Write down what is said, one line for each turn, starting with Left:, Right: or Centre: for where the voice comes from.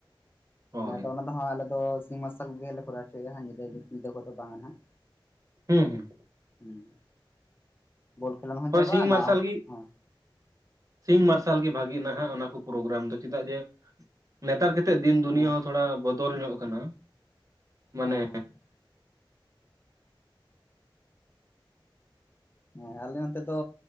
Right: ᱦᱳᱭ
Left: ᱦᱮᱸ ᱦᱮᱛᱚ ᱚᱱᱟ ᱫᱚ ᱦᱚᱸ ᱟᱞᱮ ᱫᱚ ᱥᱤᱧ ᱢᱟᱨᱥᱟᱞ ᱜᱮᱞᱮ ᱠᱚᱨᱟᱣ ᱚᱪᱚᱭᱟ-ᱟ ᱧᱤᱫᱟᱹ ᱠᱚᱫᱚ ᱵᱟᱝ-ᱟ ᱱᱦᱟᱜ᱾
Right: ᱦᱩᱸ ᱦᱩᱸ
Left: ᱦᱩᱸ ᱵᱚᱞ ᱠᱷᱮᱞᱟᱱ ᱦᱚᱸ
Right: ᱦᱳᱭ
Left: ᱪᱟᱵᱟᱜᱼᱟ
Right: ᱥᱤᱧ ᱢᱟᱨᱥᱟᱞ
Left: ᱱᱟ
Right: ᱜᱤ᱾
Left: ᱦᱚᱸ
Right: ᱥᱤᱧ ᱢᱟᱨᱥᱟᱞ ᱜᱮ ᱵᱷᱟᱜᱤ ᱱᱟᱦᱟᱜ ᱚᱱᱟ ᱠᱚ ᱯᱨᱳᱜᱨᱟᱢ ᱫᱚ ᱪᱮᱫᱟᱜ ᱡᱮ ᱱᱮᱛᱟᱨ ᱠᱮᱛᱮᱜ ᱫᱤᱱ ᱫᱩᱱᱤᱭᱟᱹ
Left: ᱦᱮᱸ
Right: ᱦᱚᱸ ᱛᱷᱚᱲᱟ ᱵᱚᱫᱚᱞ ᱧᱚᱜ ᱠᱟᱱᱟ᱾ ᱢᱟᱱᱮ
Left: ᱦᱮᱸ ᱦᱮᱸ ᱦᱮᱸ ᱟᱞᱮ ᱱᱛᱮ ᱫᱚ